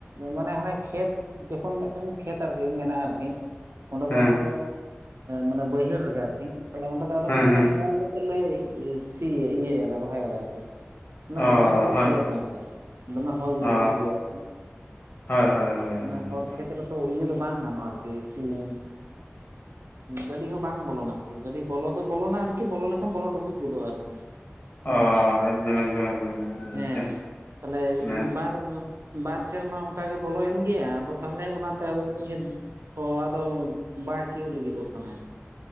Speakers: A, on the right; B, on the left.
A: ᱢᱟᱱᱮ ᱦᱟᱱᱮ ᱠᱷᱮᱛ ᱡᱚᱠᱷᱚᱱ ᱢᱤᱫᱴᱮᱱ ᱠᱷᱮᱛ ᱟᱨᱠᱤ ᱢᱮᱱᱟᱜᱼᱟ ᱟᱨᱠᱤ ᱚᱸᱰᱮ
B: ᱦᱮᱸ
A: ᱫᱚ ᱟᱫᱚ ᱢᱟᱱᱮ ᱵᱟᱹᱭᱦᱟᱹᱲ ᱨᱮᱜᱮ ᱟᱨᱠᱤ ᱛᱟᱞᱦᱮ ᱚᱸᱰᱮ ᱫᱚ ᱟᱞᱮ
B: ᱦᱮᱸ
A: ᱢᱟᱱᱮ
B: ᱦᱮᱸ
A: ᱯᱩ ᱠᱟᱛᱮᱫ ᱞᱮ ᱥᱤ ᱤᱭᱟᱹᱭᱟᱞᱮ ᱨᱚᱦᱚᱭᱟᱞᱮ ᱟᱨᱠᱤ ᱢᱟᱱᱮ
B: ᱚ
A: ᱫᱚᱢᱮ ᱦᱚᱛ
B: ᱦᱳᱭ
A: ᱜᱮᱭᱟ
B: ᱦᱳᱭ
A: ᱜᱚᱝᱠᱮ ᱫᱚᱢᱮ ᱦᱚ
B: ᱚ
A: ᱦᱚᱛ ᱜᱮᱭᱟ ᱟᱨᱠᱤ
B: ᱦᱳᱭ ᱦᱳᱭ ᱦᱳᱭ ᱦᱳᱭ
A: ᱚᱱᱟ ᱦᱚᱛ ᱠᱷᱮᱛᱨᱮ ᱛᱚ ᱤᱭᱟᱹ ᱫᱚ ᱵᱟᱝ ᱜᱟᱱᱚᱜᱼᱟ ᱟᱨᱠᱤ ᱥᱤᱱ ᱜᱟᱹᱰᱤ ᱦᱚᱸ ᱵᱟᱝ ᱵᱚᱞᱚᱱᱟ ᱟᱨᱠᱤ ᱜᱟᱹᱰᱤ ᱵᱚᱞᱚ ᱫᱚ ᱵᱚᱞᱚᱱᱟ ᱟᱨᱠᱤ ᱵᱚᱞᱚ ᱞᱮᱱᱠᱷᱟᱱ ᱵᱚᱞᱚ ᱰᱩᱵᱩᱡ ᱜᱚᱫᱚᱜᱼᱟ ᱟᱨᱠᱤ
B: ᱚ ᱮᱠᱫᱚᱢ ᱮᱠᱫᱚᱢ ᱮᱠᱫᱚᱢ ᱜᱚᱝᱠᱮ
A: ᱦᱮᱸ ᱛᱟᱦᱞᱮ
B: ᱚᱱᱟ
A: ᱵᱟᱨ ᱵᱟᱨ ᱥᱮᱨᱢᱟ ᱚᱱᱠᱟ ᱜᱮ ᱵᱚᱞᱚᱭᱮᱱ ᱜᱮᱭᱟ ᱟᱫᱚ ᱛᱟᱞᱦᱮ ᱚᱱᱟᱛᱮ ᱩᱱᱤ ᱯᱷᱚᱣᱟ ᱫᱚ ᱵᱟᱭ ᱥᱤᱭᱳᱜ ᱞᱟᱹᱜᱤᱫᱚᱜ ᱠᱟᱱᱟᱭ